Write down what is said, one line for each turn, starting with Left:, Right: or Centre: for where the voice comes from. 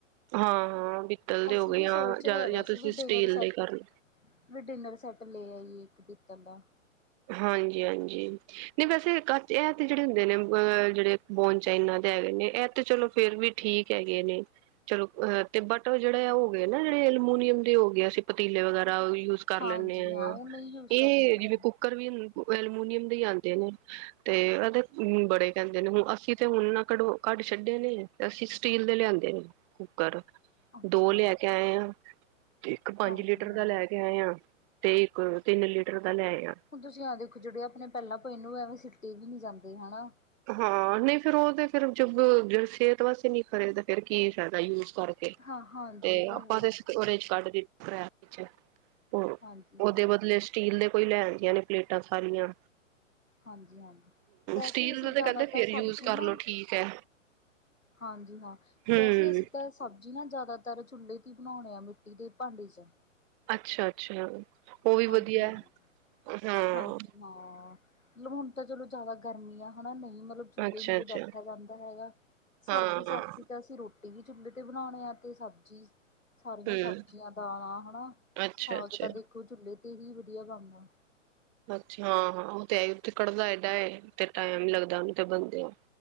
Right: ਹਾਂ-ਹਾਂ ਪਿੱਤਲ ਦੇ
Left: ਅਸੀਂ
Right: ਹੋ ਗਏ
Left: ਵੀ
Right: ਆ
Left: ਸੋਚ ਰਹੇ
Right: ਜਾਂ-ਜਾਂ
Left: ਵੈਸੇ
Right: ਤੁਸੀਂ
Left: ਵੀ ਡਿਨਰ
Right: ਸਟੀਲ
Left: ਸੈੱਟ
Right: ਦੇ ਕਰ ਲਓ।
Left: ਵੀ ਡਿਨਰ ਸੈੱਟ ਲੈ ਆਈਏ ਇੱਕ ਪੀਤਲ ਦਾ
Right: ਹਾਂਜੀ-ਹਾਂਜੀ। ਨਹੀਂ ਵੈਸੇ ਏਹ ਕਾਚ, ਏਹ ਤੇ ਜੇਹੜੇ ਹੁੰਦੇ ਨੇ ਵ ਅ ਜੇਹੜੇ ਬੋਨ ਚਾਈਨਾ ਦੇ ਹੈਗੇ ਨੇ, ਏਹ ਤੇ ਚਲੋ ਫੇਰ ਵੀ ਠੀਕ ਹੈਗੇ ਨੇ। ਚਲੋ ਅਹ ਤੇ ਬਟ ਉਹ ਜੇਹੜੇ, ਆ ਹੋ ਗਏ ਨਾ ਜੇਹੜੇ ਅਲਮੋਨੀਅਮ ਦੇ ਹੋ ਗਿਆ ਸੀ ਪਤੀਲੇ ਵਗੈਰਾ ਉਹ ਵੀ ਯੂਜ਼ ਕਰ
Left: ਹਾਂਜੀ
Right: ਲੈਂਣੇ ਆ ਯਾ,
Left: ਹਾਂ ਉਹ ਨਹੀਂ ਯੂਜ
Right: ਏਹ
Left: ਕਰਨੇ ਚਾਹੀਦੇ
Right: ਜਿਵੇਂ ਕੁ ਕਰ ਵੀ ਮ ਏਲਮੁਨੀਅਮ ਦੇ ਈ ਆਂਦੇ ਨੇ, ਤੇ ਏਹਦੇ ਅਮ ਬੜੇ ਕੇਂਦੇ ਨੇ, ਹੁਣ ਅਸੀਂ ਤੇ ਹੁਣ ਨਾ ਕਢੋ ਕੱਢ ਛੱਡੇ ਨੇ, ਤੇ ਅਸੀਂ ਸਟੀਲ ਦੇ ਲਿਆਂਦੇ ਨੇ ਕੁੂੱਕਰ,
Left: ਅੱਛਾ
Right: ਦੋ ਲੈ ਕੇ ਆਏ ਹਾਂ। ਤੇ ਇੱਕ ਪਾਂਜ
Left: ਹਾਂਜੀ
Right: ਲੀਟਰ
Left: ਹਾਂ।
Right: ਦਾ ਲੈ ਕੇ ਆਏ ਆ, ਤੇ ਇੱਕ ਤਿੰਨ ਲੀਟਰ ਦਾ ਲੇਆਏ ਆ।
Left: ਹੁਣ ਤੁਸੀਂ ਆ ਦੇਖੋ ਜੇਅੜੇ ਅਪਣੇ ਪੈਲਾਂ ਪਏ ਨੇ ਉਹ ਐਵੇਂ ਸਿੱਟੀ ਵੀ ਨੀ ਜਾਂਦੇ, ਹਨਾ?
Right: ਹਾਂ ਨਹੀਂ ਫੇਰ ਉਹ ਤੇ ਫਿਰ ਜਵ, ਜੇਹੜੇ ਸੇਹਤ ਵਾਸੇ ਨਹੀਂ ਖਰੇ, ਤੇ ਫੇਰ ਕੀ ਫਾਦਾ ਯੂਜ ਕਰ ਕੇ
Left: ਹਾਂ ਹਾਂਜੀ
Right: ਤੇ
Left: ਇਹ ਤਾਂ
Right: ਆਪਾਂ
Left: ਹੈ
Right: ਦੇ ਓਰੇ ਇੱਚ ਕੱਢ ਦਿੱ ਪਰੇਮ ਚ, ਹੋਰ
Left: ਹਾਂਜੀ
Right: ਓਹਦੇ
Left: ਹਾਂਜੀ।
Right: ਬਦਲੇ ਸਟੀਲ ਦੇ ਕੋਈ ਲੈ ਆਦੀਆਂ ਨੇ ਪਲੇਟਾਂ ਥਾਲੀਆਂ।
Left: ਹਾਂਜੀ-ਹਾਂਜੀ, ਵੈਸ
Right: ਸਟੀਲ
Left: ਅਸੀਂ
Right: ਦਾ ਤੇ
Left: ਜਾਦਾਤਰ
Right: ਕਹਿੰਦੇ ਫੇਰ
Left: ਸਬਜ਼ੀ
Right: ਯੂਜ ਕਰ
Left: ਨਾ,
Right: ਲੋ ਠੀਕ ਹੈ
Left: ਹਾਂਜੀ ਹਾਂ,
Right: ਹਮ
Left: ਵੈਸੇ ਅਸੀਂ ਤਾਂ ਸਬਜ਼ੀ ਨਾ ਜਾਦਾਤਰ ਚੁੱਲ੍ਹੇ ਤੇ ਈ ਬਣਾਉਣੇ ਆ ਮਿੱਟੀ ਦੇ ਭਾਂਡੇ ਚ।
Right: ਅੱਛਾ-ਅੱਛਾ, ਉਹ ਵੀ
Left: ਹਾਂਜੀ
Right: ਵਧੀਆ
Left: ਹਾਂਜੀ
Right: ਐ, ਹਾਂ।
Left: ਹਾਂਜੀ ਹਾਂ, ਮਤਲਬ ਹੁਣ ਤਾਂ ਚਲੋ ਜਾਦਾ ਗਰਮੀ ਆ, ਹਨਾ ਨਹੀਂ ਮਤਲਬ ਚੁਲੇ
Right: ਅੱਛਾ
Left: ਮੁੜੇ
Right: ਅੱਛਾ
Left: ਬੈਠਾ ਜਾਂਦਾ ਹੈਗਾ, ਸਰਦੀ-ਸਰਦੀ
Right: ਹਾਂ ਹਾਂ
Left: ਤਾਂ ਅਸੀਂ ਰੋ ਟੀ ਵੀ ਚੁੱਲੇ ਤੇ ਬਣਾਉਣੇ ਆ, ਤੇ ਸਬਜ਼ੀ ਸਾਰੀਆਂ
Right: ਹਮ
Left: ਸਬਜ਼ੀਆਂ ਦਾਲਾਂ ਹਨਾ,
Right: ਅੱਛਾ
Left: ਸਾਗ
Right: ਅੱਛਾ
Left: ਤਾਂ ਦੇਖੋ ਚੁੱਲੇ ਤੇ ਹੀ ਵਧੀਆ ਬਣਨਾ।
Right: ਅੱਛਾ, ਹਾਂ-ਹਾਂ ਉਹ ਤੇ ਹੈ ਈ, ਉਤੇ ਕੜਦਾ ਏਡਾ ਏ ਤੇ ਟਾਈਮ ਲੱਗਦਾ ਉਹਨੂੰ ਤੇ ਬਣਦੇਆ।